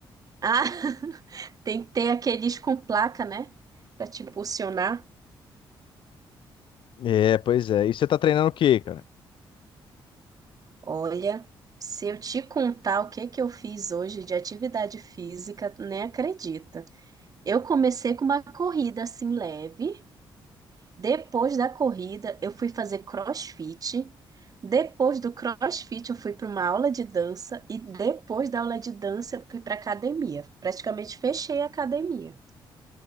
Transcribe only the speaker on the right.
Ah, <laughs> tem que ter aqueles com placa, né? Pra te impulsionar.
Olha, se eu te contar o que que eu fiz hoje de atividade física, nem acredita. Eu comecei com uma corrida assim leve. Depois da corrida, eu fui fazer CrossFit. Depois do CrossFit, eu fui para uma aula de dança. E depois da aula de dança, eu fui para academia. Praticamente fechei a academia.